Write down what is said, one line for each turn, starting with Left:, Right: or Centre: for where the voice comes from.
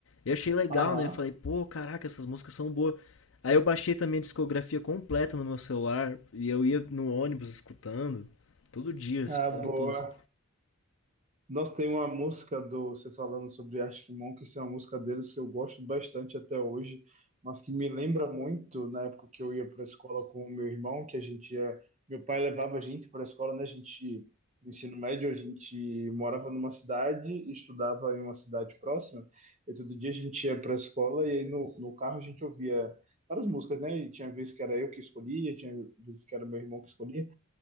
Left: Eu achei legal,
Right: Aham,
Left: né? Falei, pô, caraca, essas músicas são boas. Aí eu baixei também a discografia completa no meu celular e eu ia no ônibus escutando. Todo dia, eu escutava
Right: ah, boa.
Left: todos.
Right: Nossa, tem uma música do você falando sobre Arctic Monkeys, é uma música deles que eu gosto bastante até hoje, mas que me lembra muito na época que eu ia para a escola com o meu irmão, que a gente ia, meu pai levava a gente para a escola, né? A gente no ensino médio a gente morava numa cidade e estudava em uma cidade próxima. E todo dia a gente ia para a escola e aí no, no carro a gente ouvia várias músicas, né? E tinha vezes que era eu que escolhia, tinha vezes que era meu irmão que escolhia.